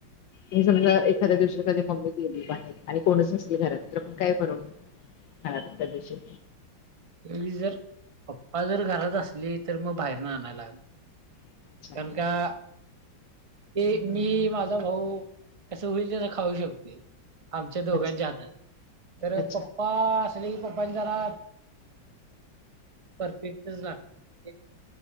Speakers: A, on the left; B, on the right.
A: मी समजां एखांद्या दिवशी कधीं मम्मीचं गेली बाहेर आणि कोणीच नसल घरांत तरं पणं कायं बनवूं खांरा कूंट्टा देशील
B: त्यांवेळी जरं पप्पां जरं घरांत असले तरं मंग बाहेरून आणायंला लागते
A: अच्छा
B: कारणं कां ते मी माझां भाऊं कसं होईल तेस खाऊं शकते आमच्यां दोघांच्यां
A: अच्छा
B: हातांत तरं
A: अच्छा
B: पप्पां जरी पप्पांचा रांग परफेक्टंचं रहाते